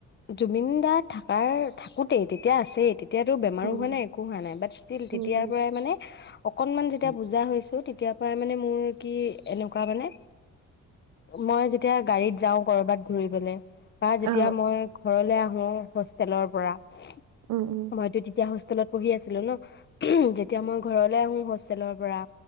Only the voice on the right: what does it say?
উম
উম উম
অ
উম উম